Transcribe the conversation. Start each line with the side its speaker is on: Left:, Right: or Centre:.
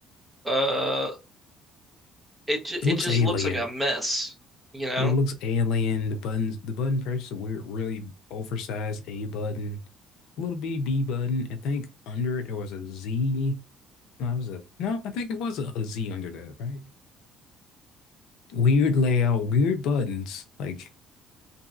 Centre: uh, it ju-
Left: It
Centre: it
Left: looks
Centre: just
Left: alien.
Centre: looks like a mess, you know?
Left: It looks alien. The buttons, the button press a weird, really oversized A button, little bitty B button. I think under it there was a Z. No, it was a no. I think it was a, a Z under that, right? Weird layout, weird buttons, like,